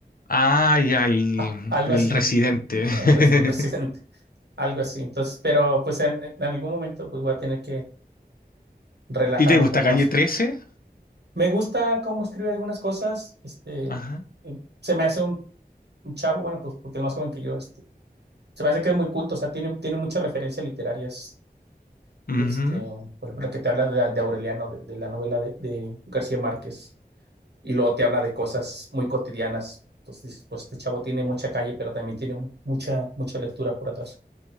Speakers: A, on the left; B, on the right.
A: Ah, ya, el,
B: a- a- algo
A: el
B: así,
A: residente. <laughs>
B: el, res- el residente, algo así. Entonces, pero pues en, en algún momento pues voy a tener que relajarme
A: ¿Y te gusta
B: un poco
A: Calle
B: más.
A: 13?
B: Me gusta cómo escribe algunas cosas, este,
A: Ajá.
B: se me hace un un chavo, bueno, pues porque es más joven que yo, este, se me hace que es muy culto, o sea, tiene, tiene muchas referencias literarias,
A: Ujú.
B: este, por ejemplo, la que te habla de, de Aureliano, de, de la novela de, de García Márquez, y luego te habla de cosas muy cotidianas, entonces dices, pues este chavo tiene mucha calle, pero también tiene mu- mucha, mucha lectura por atrás.